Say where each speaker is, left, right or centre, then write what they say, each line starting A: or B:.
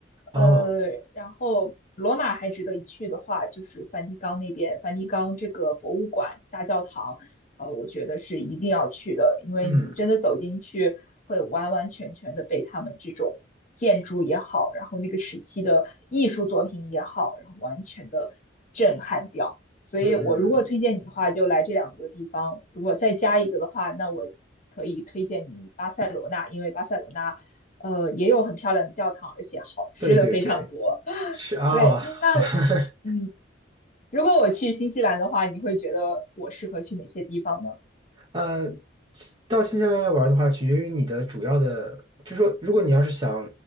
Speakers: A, on the right (about 25°); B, on the left (about 40°).
A: 哦
B: 呃，然后罗马还值得一去的话，就是梵蒂冈那边，梵蒂冈这个博物馆、大教堂，呃，我觉得是一定要去的，因为你真的走进去，
A: 嗯
B: 会完完全全的被他们这种建筑也好，然后那个时期的艺术作品也好，然后完全的震撼掉。所以我如果推荐你的话，
A: 嗯，
B: 就来这两个地方；如果再加一个的话，那我可以推荐你巴塞罗那，因为巴塞罗那。呃，也有很漂亮的教堂，而且好吃的非常多。
A: 对对对，
B: <laughs>
A: 是啊，
B: 对，那
A: <laughs>
B: 嗯，如果我去新西兰的话，你会觉得我适合去哪些地方呢？
A: 呃，到新西兰来玩的话，取决于你的主要的，就说如果你要是想